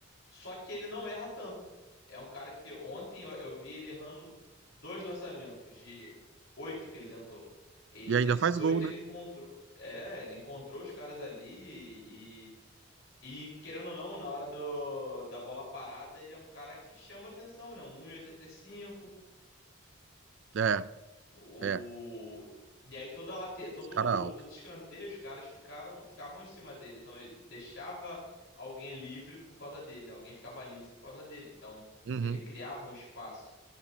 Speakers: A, on the left; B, on the right.
A: Só que ele não erra tanto. É um cara que ontem eu, eu vi ele errando dois lançamentos de oito que ele tentou. E
B: E
A: desses
B: ainda faz
A: oito
B: gol, né?
A: ele encontrou, é, ele encontrou os caras ali e, e querendo ou não, na hora do, da bola parada, ele é um cara que chama atenção, né? Um 1,85
B: É,
A: o...
B: é.
A: E aí toda late... todo
B: Esse cara é alto.
A: todo escanteio os caras ficaram ficavam em cima dele, então ele deixava alguém livre por causa dele, né? Alguém ficava livre por causa dele. Então
B: Uhum.
A: ele criava um espaço.